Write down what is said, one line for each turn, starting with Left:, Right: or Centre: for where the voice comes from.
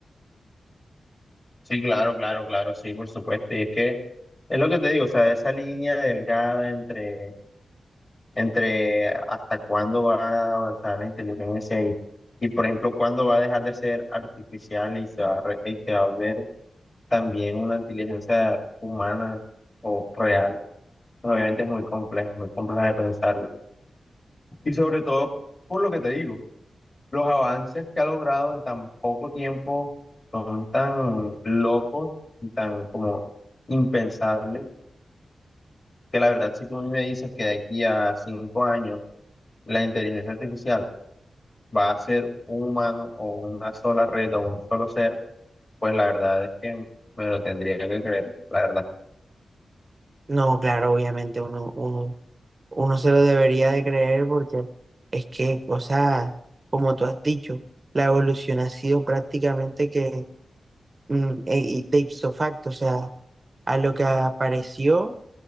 Left: Sí, claro, claro, claro, sí, por supuesto. Y es que es lo que te digo, o sea, esa línea delgada entre entre hasta cuándo va a avanzar la inteligencia y, y, por ejemplo, cuándo va a dejar de ser artificial y se va a, re- y se va a volver también una inteligencia humana o real. Obviamente es muy complejo, muy complejo de pensarlo. Y sobre todo, por lo que te digo, los avances que ha logrado en tan poco tiempo son tan locos y tan como impensables que la verdad, si tú a mí me dices que de aquí a cinco años, la inteligencia artificial va a ser un humano o una sola red o un solo ser, pues la verdad es que me lo tendría que creer, la verdad.
Right: No, claro, obviamente uno, uno, uno se lo debería de creer porque es que, o sea, como tú has dicho, la evolución ha sido prácticamente que mm, e- y de ipso facto, o sea, a lo que apareció